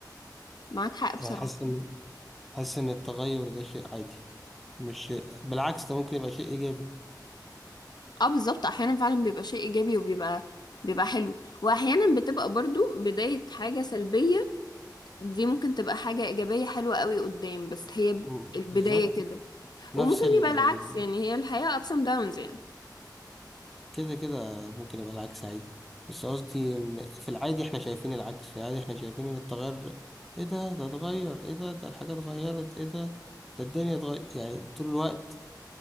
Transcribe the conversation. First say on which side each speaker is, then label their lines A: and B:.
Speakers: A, on the left (about 70°); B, in the centre.
A: معاك حق بصراحة
B: يعني حاسس ان حاسس ان التغير ده شيء عادي مش بالعكس ده ممكن يبقى شيء ايجابي
A: اه بالظبط احيانا فعلا بيبقى شيء ايجابي وبيبقى بيبقى حلو واحيانا بتبقى برضو بداية حاجة سلبية دي ممكن تبقى حاجة ايجابية حلوة قوي قدام بس هي ب-
B: م-
A: البداية
B: بالظبط
A: كده
B: نفس
A: وممكن
B: ال
A: يبقى
B: يعني
A: العكس يعني هي الحياة ups and downs يعني
B: كده كده ممكن يبقى العكس عادي بس قصدي إن في العادي احنا شايفين العكس في العادي احنا شايفين ان التغير ايه ده ده اتغير ايه ده ده الحاجة اتغيرت ايه ده ده الدنيا اتغير يعني طول الوقت